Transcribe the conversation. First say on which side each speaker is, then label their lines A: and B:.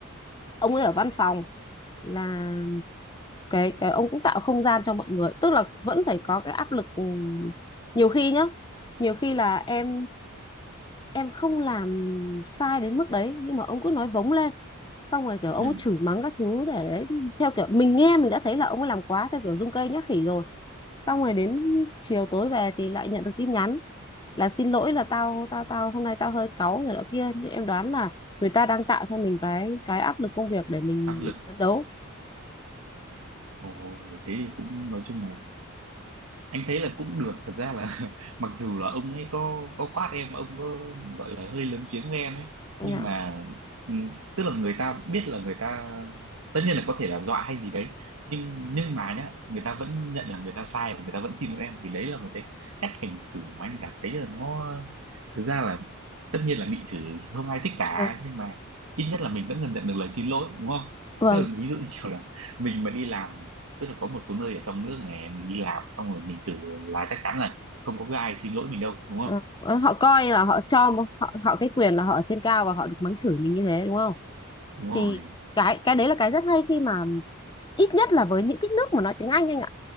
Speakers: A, on the left (about 20°); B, on the right (about 75°).
A: ông ấy ở văn phòng là cái cái ông cũng tạo không gian cho mọi người tức là vẫn phải có cái áp lực ừ, nhiều khi nhá nhiều khi là em em không làm sai đến mức đấy nhưng mà ông cứ nói vống lên xong rồi kiểu ông
B: ừ
A: ấy chửi mắng các thứ để theo kiểu mình nghe mình đã thấy là ông ấy làm quá theo kiểu rung cây nhát khỉ rồi xong rồi đến chiều tối về thì lại nhận được tin nhắn là xin lỗi là tao tao tao hôm nay tao hơi cáu người đó kia nhưng em đoán là người ta đang tạo cho mình cái cái áp lực công việc để mình
B: áp lực
A: phấn đấu
B: ồ thế thì cũng nói chung là anh thấy là cũng được thật ra là <laughs> mặc dù là ông ấy có có quát em ông có gọi là hơi lớn tiếng với em ấy
A: Dạ.
B: nhưng mà ừ, tức là người ta biết là người ta tất nhiên là có thể là dọa hay gì đấy nhưng nhưng mà nhá người ta vẫn nhận là người ta sai và người ta vẫn xin lỗi em thì đấy là một cái cách hành xử mà anh cảm thấy là nó thực ra là tất nhiên là bị chửi không ai thích cả
A: Dạ.
B: nhưng mà ít nhất là mình vẫn dần nhận được lời xin lỗi đúng không
A: Vâng
B: tức là ví dụ như kiểu là mình mà đi làm tức là có một số nơi ở trong nước này mình đi làm xong rồi mình chửi là chắc chắn là không có cái ai xin lỗi mình đâu đúng không
A: Ờ, ờ, họ coi là họ cho họ họ cái quyền là họ ở trên cao và họ được mắng chửi mình như thế đúng không
B: đúng rồi
A: thì cái cái đấy là cái rất hay khi mà ít nhất là với những cái nước mà nói tiếng Anh anh ạ